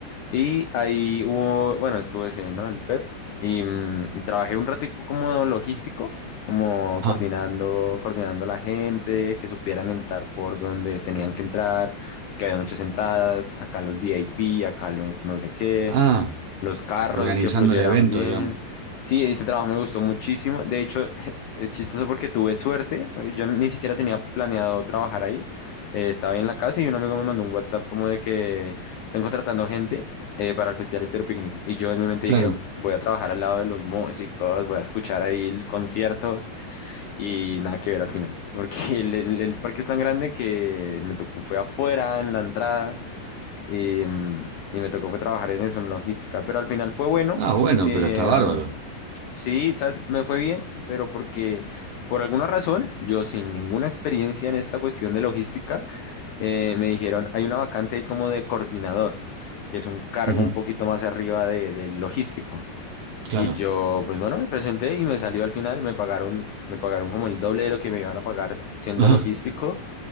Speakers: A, on the left; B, on the right.
A: Y ahí hubo, bueno, estuve ese, ¿no? El FEP y, mm, y trabajé un ratico como logístico, como
B: Ajá.
A: coordinando, coordinando a la gente, que supieran entrar por donde tenían que entrar, que había muchas entradas, acá los VIP, acá los no sé qué,
B: Ah,
A: los carros
B: organizando
A: que fluyeran
B: el evento,
A: bien.
B: digamos.
A: Sí, este trabajo me gustó muchísimo. De hecho, <laughs> es chistoso porque tuve suerte, porque yo ni siquiera tenía planeado trabajar ahí. Eh, estaba ahí en la casa y un amigo me mandó un WhatsApp como de que están contratando gente eh, para el Festival Estéreo Picnic. Y yo en mi mente
B: Claro.
A: dije, voy a trabajar al lado de los músicos, voy a escuchar ahí el concierto y nada que ver al final, porque <laughs> el, el el parque es tan grande que me tocó, fue afuera, en la entrada y, mm, y me tocó fue trabajar en eso, en logística, pero al final fue bueno
B: Ah, bueno,
A: porque
B: pero está bárbaro.
A: mm, sí, ¿sabes? Me fue bien, pero porque por alguna razón, yo sin ninguna experiencia en esta cuestión de logística, eh, me dijeron, hay una vacante ahí como de coordinador, que es un cargo
B: Ujú,
A: un poquito más arriba de- del logístico.
B: Claro.
A: Y yo, pues bueno, me presenté y me salió al final, me pagaron, me pagaron como el doble de lo que me iban a pagar siendo
B: <laughs>
A: logístico.
B: Ah,